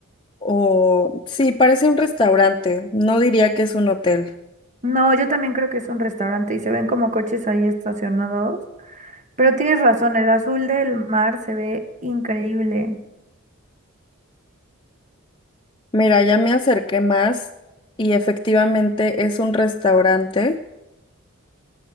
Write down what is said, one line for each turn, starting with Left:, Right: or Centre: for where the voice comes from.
Left: o sí, parece un restaurante, no diría que es un hotel.
Right: No, yo también creo que es un restaurante y se ven como coches ahí estacionados, pero tienes razón, el azul del mar se ve increíble.
Left: Mira, ya me acerqué más y efectivamente es un restaurante.